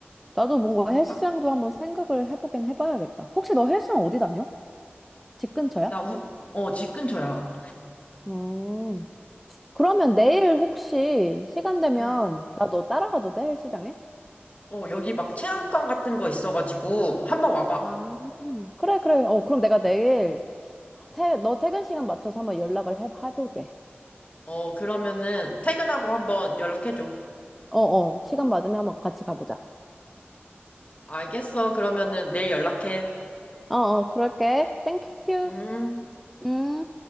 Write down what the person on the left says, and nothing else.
그러니까.
나 우, 어, 집 근처야.
응.
어, 여기 막 체험관 같은 거 있어가지고 한번 와봐.
어, 그러면은 퇴근하고 한번 연락해줘.
알겠어. 그러면은 내일 연락해.
음.